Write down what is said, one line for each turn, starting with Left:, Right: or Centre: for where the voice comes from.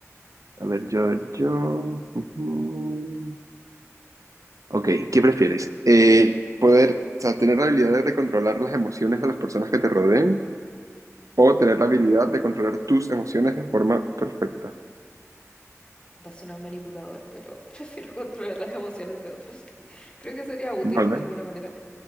Right: a ver, yo, a ver, yo. Ujú. Ok, ¿qué prefieres? Eh, poder, o sea, tener la habilidad de controlar las emociones de las personas que te rodeen o tener la habilidad de controlar tus emociones de forma perfecta.
Left: Va a sonar manipulador, pero <laughs> prefiero controlar las emociones de otros. <laughs> Creo que sería útil
Right: Vale,
Left: de alguna manera.